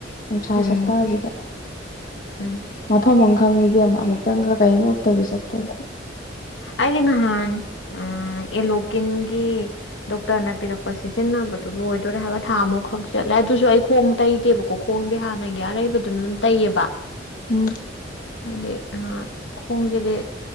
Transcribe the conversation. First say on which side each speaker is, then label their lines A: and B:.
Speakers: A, on the left; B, on the left.
A: ꯅꯨꯡꯁꯥ
B: ꯎꯝ
A: ꯁꯇꯥꯁꯤꯗ
B: ꯎꯝ
A: ꯃꯐꯝ ꯑꯃ ꯈꯪꯉꯤ ꯑꯃꯨꯛꯇꯪꯒ ꯀꯩꯝ ꯎꯞꯇꯥꯕꯤ ꯆꯠꯄꯥꯗ
B: ꯑꯩꯗꯤ ꯅꯍꯥꯟ ꯑꯦꯂꯣꯀꯤꯟ ꯒꯤ ꯗꯣꯛꯇꯔꯅ ꯄꯤꯔꯛꯄ ꯁꯤꯖꯤꯟꯅꯕꯗꯨ ꯂꯣꯏꯗꯣꯏꯔꯦ ꯍꯥꯏꯕ ꯊꯥ ꯑꯃꯨꯛ ꯈꯛ ꯆꯠꯂꯦ ꯑꯗꯨꯁꯨ ꯑꯩ ꯈꯣꯡ ꯇꯩꯗꯦꯕꯀꯣ ꯈꯣꯡꯗꯤꯦ ꯍꯥꯟꯅꯒꯤ ꯑꯔꯩꯕꯗꯨꯅ ꯑꯗꯨꯝ ꯇꯩꯌꯦꯕ
A: ꯎꯝ
B: ꯍꯥꯏꯗꯤ ꯈꯣꯡꯁꯤꯗꯤ